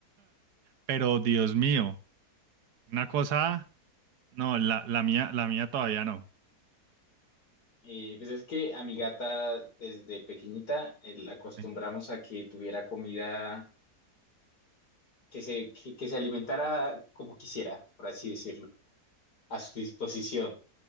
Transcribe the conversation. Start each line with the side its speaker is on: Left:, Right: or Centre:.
Right: Pero Dios mío, una cosa, no, la, la mía, la mía todavía no.
Left: Eh, pues es que a mi gata desde pequeñita eh, la acostumbramos
Right: Sí. O
Left: a que tuviera comida, que se, que, que se alimentara como quisiera, por así decirlo, a su disposición.